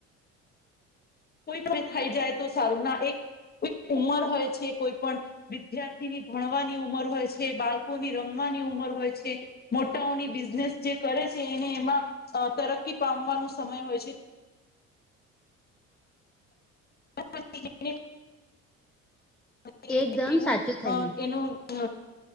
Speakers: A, on the left (about 25°); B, in the centre.
A: કોઈ પણ થઈ જાય તો સારું ના એક કોઈક ઉમર હોય છે કોઈ પણ વિદ્યાર્થીની ભણવાની ઉંમર હોય છે બાળકોની રમવાની ઉંમર હોય છે. મોટાઓની બિઝનેસ જે કરે છે એને એમાં તરક્કી પામવાનો સમય હોય છે. <unintelligible> <inaudible>
B: એકદમ
A: એવું
B: સાચું થયું
A: અ એનું અ